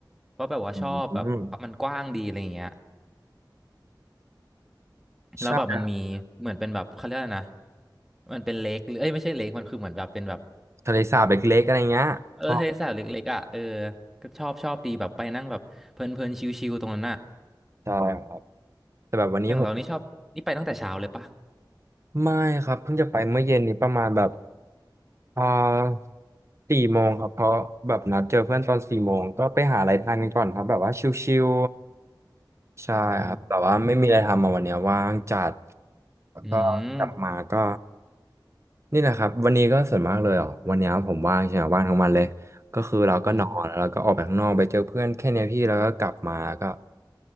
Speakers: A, in the centre; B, on the right (about 35°).
A: เพราะแบบว่าชอบแบบมันกว้างดีอะไรอย่างเงี้ย
B: อืม
A: แล้วแบบมันมีเหมือนเป็นแบบเขาเรียกอะไรนะ
B: ใช่ครับ
A: มันเป็นเลคหรือเอ้ยไม่ใช่เลคมันคือเหมือนแบบเป็นแบบ
B: ทะเลสาบเล็กๆอะไรเงี้ยชอบ
A: เออทะเลสาบเล็กๆอ่ะเออก็ชอบชอบดีแบบไปนั่งแบบเพลินๆชิลๆตรงนั้นอะ
B: ใช่ครับแต่แบบวันนี้ผม
A: อย่างเรานี่ชอบนี่ไปตั้งแต่เช้าเลยปะ
B: ไม่ครับเพิ่งจะไปเมื่อเย็นนี้ประมาณแบบ อ่าสี่โมงครับเพราะแบบนัดเจอเพื่อนตอนสี่โมงก็ไปหาอะไรทานกันก่อนครับแบบว่าชิลๆใช่ครับแต่ว่าไม่มีอะไรทำมาวันเนี้ยว่างจัด
A: อ๋อ
B: แล้วก็กลับมาก็
A: อืม
B: นี่แหละครับวันนี้ก็ส่วนมากเลยอ่ะวันเนี้ยผมว่างใช่ไหมว่างทั้งวันเลยก็คือเราก็นอนแล้วก็ออกไปข้างนอกไปเจอเพื่อนแค่เนี้ยพี่แล้วก็กลับมาก็
A: อ๋อ